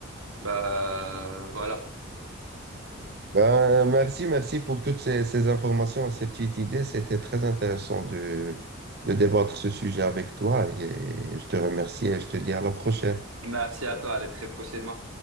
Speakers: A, on the right; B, on the right.
A: Bah voilà.
B: Ben, merci, merci pour toutes ces, ces informations, ces petites idées. C'était très intéressant de, de débattre ce sujet avec toi et je te remercie et je te dis à la prochaine.
A: Merci à toi, à la très prochainement.